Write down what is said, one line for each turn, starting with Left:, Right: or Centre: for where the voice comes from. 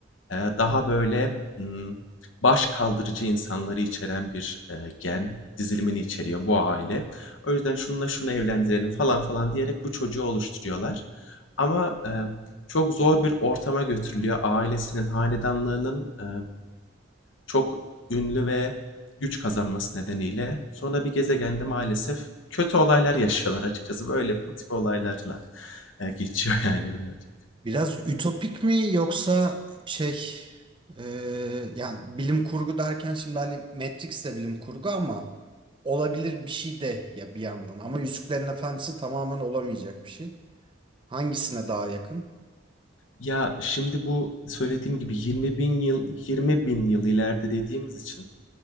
Left: e, daha böyle hmm, baş kaldırıcı insanları içeren bir e, gen dizilimini içeriyor bu aile. O yüzden şununla şunu evlendirelim falan falan diyerek bu çocuğu oluşturuyorlar. Ama e, çok zor bir ortama götürülüyor. Ailesinin, hanedanlığının e, çok ünlü ve güç kazanması nedeniyle sonra bir gezegende maalesef kötü olaylar yaşıyorlar açıkçası. Böyle bu tip olaylarla, eee, geçiyor <laughs> yani birazcık.
Right: Biraz ütopik mi yoksa şey e, yani bilim kurgu derken şimdi hani Matrix de bilim kurgu ama olabilir bir şey de ya bir yandan. Ama Yüzüklerin Efendisi tamamen olamayacak bir şey. Hangisine daha yakın?
Left: Ya, şimdi bu söylediğim gibi 20.000 yıl 20.000 yıl ileride dediğimiz için